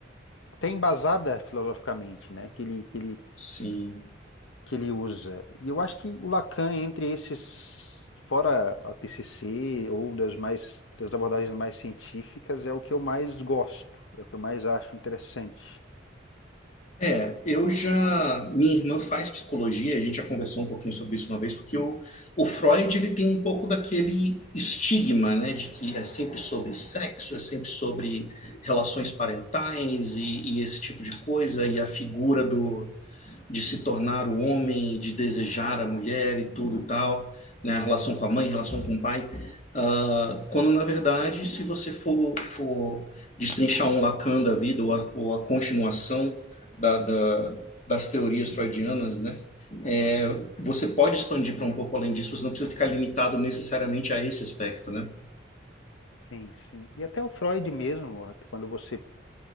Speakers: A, on the left (about 80°); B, on the left (about 35°).
A: até embasada filosoficamente, né? Que ele que ele
B: sim.
A: que ele usa. E eu acho que o Lacan entre esses fora a TCC ou das mais das abordagens mais científicas é o que eu mais gosto, é o que eu mais acho interessante.
B: É, eu já, minha irmã faz psicologia, a gente já conversou um pouquinho sobre isso uma vez, porque o, o Freud, ele tem um pouco daquele estigma, né, de que é sempre sobre sexo, é sempre sobre relações parentais e, e esse tipo de coisa, e a figura do, de se tornar o homem, de desejar a mulher e tudo e tal, né? A relação com a mãe, a relação com o pai. Uh, quando, na verdade, se você for, for destrinchar um Lacan da vida ou a, ou a continuação da, da, das teorias freudianas, né? É, você pode expandir para um pouco além disso, você não precisa ficar limitado necessariamente a esse aspecto, né?
A: Sim, sim. E até o Freud mesmo, quando você